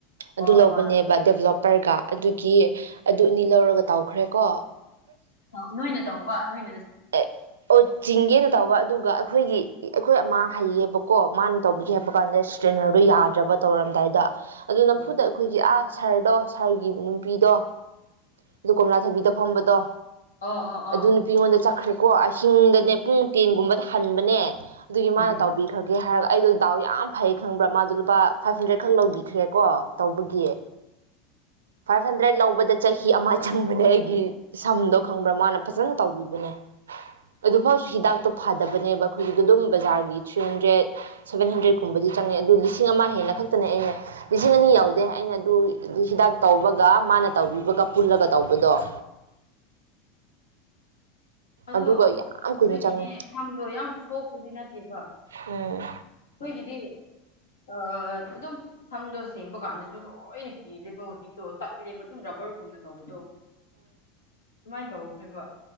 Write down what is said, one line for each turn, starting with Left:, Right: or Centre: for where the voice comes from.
Left: ꯑꯣ
Right: ꯑꯗꯨ ꯂꯧꯕꯅꯦꯕ
Left: ꯍꯣꯏ
Right: ꯗꯦꯕꯂꯞ ꯄꯔꯒꯥ ꯑꯗꯨꯒꯤ ꯑꯗꯨ ꯑꯅꯤ ꯂꯧꯔꯒ ꯇꯧꯈ꯭ꯔꯦꯀꯣ
Left: ꯅꯣꯏꯅ ꯇꯧꯕ ꯅꯣꯏ
Right: ꯑꯦ ꯑꯣ ꯆꯤꯡꯒꯦꯅ ꯇꯧꯕ ꯑꯗꯨꯒ ꯑꯩꯈꯣꯏꯒꯤ ꯑꯩꯈꯣꯏ ꯑꯃ ꯍꯩꯌꯦꯕ ꯀꯣ ꯃꯥꯅ ꯇꯧꯕꯤꯒꯦ ꯍꯥꯏꯕ ꯀꯥꯟꯗ ꯇ꯭ꯔꯦꯅꯔꯗꯣ ꯌꯥꯗ꯭ꯔꯕ ꯇꯧꯔꯝꯗꯥꯏꯗ ꯑꯗꯨ ꯅꯝꯐꯨꯗ
Left: ꯎꯝ
Right: ꯑꯩꯈꯣꯏꯒꯤ ꯑꯥ ꯁꯥꯍꯔꯗꯣ ꯁꯥꯔꯒꯤ ꯅꯨꯄꯤꯗꯣ ꯑꯗꯨ ꯀꯣꯝꯂꯥ ꯊꯕꯤꯗ ꯐꯝꯕꯗꯣ
Left: ꯑꯣ ꯑꯣ ꯑꯣ
Right: ꯑꯗꯨ ꯅꯨꯄꯤ ꯑꯩꯉꯣꯟꯗ ꯆ ꯀꯈ꯭ꯔꯦꯀꯣ ꯑꯍꯤꯡꯗꯅꯦ ꯄꯨꯡ ꯇꯦꯟꯒꯨꯝꯕꯗ ꯍꯟꯕꯅꯦ ꯑꯗꯨꯒꯤ
Left: ꯎꯝ
Right: ꯃꯥꯅ ꯇꯧꯕꯤꯈ꯭ꯔꯒꯦ ꯍꯥꯏꯔ ꯑꯩꯗꯣ ꯗꯥꯎ ꯌꯥꯝ ꯐꯩ ꯈꯪꯕ꯭ꯔꯥ ꯃꯥꯗꯣ ꯂꯨꯄꯥ ꯐꯥꯏꯚ ꯍꯟꯗ꯭ꯔꯦꯗ ꯈꯛ ꯂꯧꯕꯤꯈ꯭ꯔꯦꯀꯣ ꯇꯧꯕꯒꯤ ꯐꯥꯏꯚ ꯍꯟꯗ꯭ꯔꯦꯠ ꯂꯧꯕꯗ ꯆꯍꯤ ꯑꯃ ꯆꯪꯕꯅꯦ ꯑꯩꯒꯤ ꯁꯝꯗꯣ ꯈꯪꯕ꯭ꯔꯥ ꯃꯥꯅ ꯐꯖꯅ ꯇꯧꯕꯤꯕꯅꯦ ꯑꯗꯨꯐꯥꯎꯁꯨ ꯍꯤꯗꯥꯛꯇꯣ ꯐꯗꯕꯅꯦꯕ ꯑꯩꯈꯣꯏꯒꯤꯗ ꯑꯗꯨꯝ ꯕꯖꯥꯔꯒꯤ ꯊ꯭ꯔꯤ ꯍꯟꯗ꯭ꯔꯦꯠ ꯁꯚꯦꯟ ꯍꯟꯗ꯭ꯔꯦꯗꯀꯨꯝꯕꯗꯤ ꯆꯪꯉꯩ ꯑꯗꯨ ꯂꯤꯁꯤꯡ ꯑꯃ ꯍꯦꯟꯅ ꯈꯛꯇꯅꯦ ꯑꯩꯅ ꯂꯤꯁꯤꯡ ꯑꯅꯤ ꯌꯥꯎꯗꯦ ꯑꯩꯅ ꯑꯗꯨ ꯍꯤꯗꯥꯛ ꯇꯧꯕꯒ ꯃꯥꯅ ꯇꯧꯕꯤꯕꯒ ꯄꯨꯜꯂꯒ ꯇꯧꯕꯗꯣ
Left: ꯑꯗꯣ
Right: ꯑꯗꯨꯒ ꯌꯥꯝ
Left: ꯅꯣꯏꯒꯤꯗꯤ
Right: ꯀꯨꯏꯅ ꯆꯪꯉꯦ
Left: ꯁꯝꯗꯣ ꯌꯥꯝ ꯁꯣꯛꯄꯗꯤ ꯅꯠꯇꯦꯕ
Right: ꯎꯝ
Left: ꯑꯩꯈꯣꯏꯒꯤꯗꯤ ꯑ ꯑꯗꯨꯝ ꯁꯝꯗꯣ ꯁꯦꯡꯕ ꯀꯥꯟꯗꯁꯨ ꯂꯣꯏꯅ ꯀꯤꯔꯦꯕ ꯍꯧꯖꯤꯛ ꯣ ꯇꯠꯂꯦꯕ ꯑꯗꯨꯝ ꯔꯕꯔꯒꯨꯝꯅ ꯇꯗꯣ ꯁꯨꯃꯥꯏ ꯀꯧ ꯑꯩꯈꯣꯏꯕ